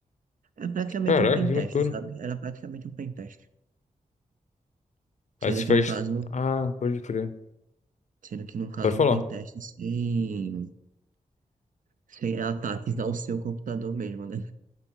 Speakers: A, on the right; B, on the left.
A: É praticamente
B: Caraca,
A: um pentest,
B: que loucura.
A: sabe? Era praticamente um pentest.
B: Aí
A: Sendo
B: você
A: que
B: faz.
A: no caso,
B: Ah, pode crer.
A: sendo que no caso
B: Pode falar.
A: um pentest sem Sem ataques ao seu computador mesmo, né?